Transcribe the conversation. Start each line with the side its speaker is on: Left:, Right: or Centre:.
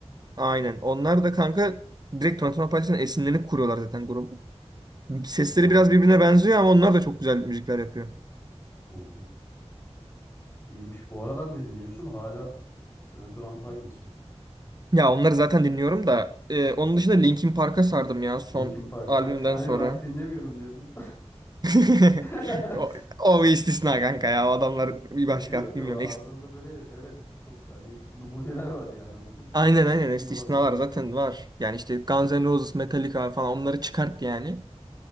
Right: Aynen. Onlar da kanka direkt Twenty One Pilots'tan esinlenip kuruyorlar zaten grubu. Sesleri
Left: Aa,
Right: biraz birbirine benziyor ama onlar da çok güzel müzikler yapıyor.
Left: buldum. İyiymiş. Bu aralar ne dinliyorsun? Hala Twenty One Pilots mı?
Right: Ya onları zaten dinliyorum da e, onun dışında Linkin Park'a sardım ya son
Left: Linkin Park.
Right: albümden
Left: Bak hani
Right: sonra.
Left: rock dinlemiyorum diyordun.
Right: <laughs>
Left: <laughs>
Right: O, o bir istisna kanka ya. O adamlar bir başka.
Left: E Diyorum ya
Right: Bilmiyorum.
Left: aralarında
Right: Eks-
Left: böyle evet çok hani numuneler var yani anladın mı? Çok
Right: Aynen
Left: böyle
Right: aynen
Left: çok
Right: istisnalar
Left: iyi olanları var.
Right: zaten var. Yani işte Guns N' Roses, Metallica falan onları
Left: Hmm,
Right: çıkart yani.